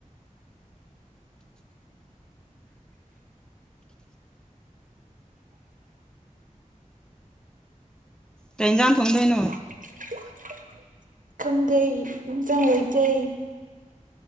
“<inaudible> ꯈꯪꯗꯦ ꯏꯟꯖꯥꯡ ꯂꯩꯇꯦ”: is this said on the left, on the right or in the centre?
Right